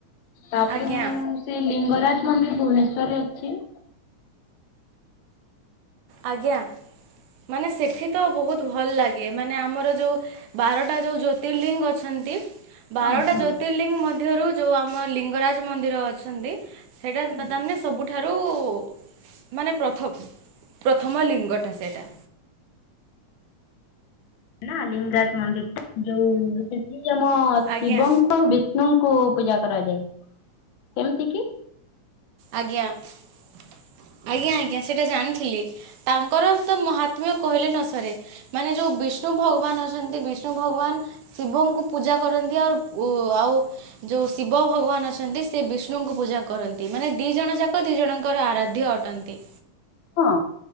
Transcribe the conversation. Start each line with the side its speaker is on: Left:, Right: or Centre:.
Left: ତାପରେ
Right: ଆଜ୍ଞା
Left: ମୁଁ ସେ ଲିଙ୍ଗରାଜ ମନ୍ଦିର ଭୁବନେଶ୍ୱର ରେ କି <inaudible>
Right: ଆଜ୍ଞା ମାନେ ସେଠି ତ ବହୁତ ଭଲ ଲାଗେ ମାନେ ଆମର ଯୋଉ ବାରଟା ଯୋଉ ଜ୍ୟୋତିର୍ଲିଙ୍ଗ ଅଛନ୍ତି। ବାରଟା
Left: ହଁ ହଁ।
Right: ଜ୍ୟୋତିର୍ଲିଙ୍ଗ ମଧ୍ୟରୁ ଯୋଉ ଆମ ଲିଙ୍ଗରାଜ ମନ୍ଦିର ଅଛନ୍ତି। ସେଇଟା
Left: ହୁଁ
Right: <unintelligible> ସବୁଠାରୁ ରୁ ମାନେ ପ୍ରଥମ। ପ୍ରଥମ ଲିଙ୍ଗଟା ସେଇଟା।
Left: ନା ଲିଙ୍ଗରାଜ ମନ୍ଦିର ଯୋଉ ଅଛି ଆମ ଶିବଙ୍କ
Right: ଆଜ୍ଞା
Left: ଆଉ ବିଷ୍ଣୁଙ୍କ କୁ ପୂଜା କରାଯାଏ କେମିତି କି?
Right: ଆଜ୍ଞା <inaudible> ଆଜ୍ଞା ଆଜ୍ଞା ସେଇଟା ଜାଣିଥିଲି। ତାଙ୍କର ତ ମହାତ୍ମ୍ୟ କହିଲେ ନ ସରେ ମାନେ ଯୋଉ ବିଷ୍ଣୁ ଭଗବାନ ଅଛନ୍ତି ବିଷ୍ଣୁ ଭଗବାନ ଶିବଙ୍କୁ ପୂଜା କରନ୍ତି ଆଉ ଉ ଆଉ ଯୋଉ ଶିବ ଭଗବାନ ଅଛନ୍ତି ସେ ବିଷ୍ଣୁଙ୍କୁ ପୂଜା କରନ୍ତି। ମାନେ ଦି ଜଣ ଯାକ ଦି ଜଣଙ୍କର ଆରାଧ୍ୟ ଅଟନ୍ତି।
Left: ହଁ।